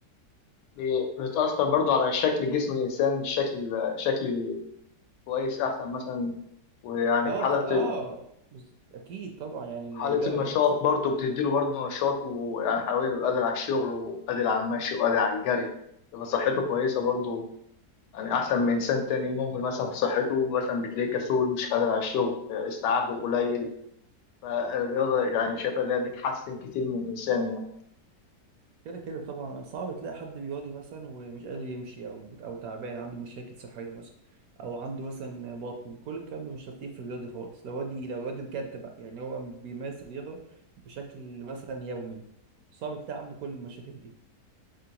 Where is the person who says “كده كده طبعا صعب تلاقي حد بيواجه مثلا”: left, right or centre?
Right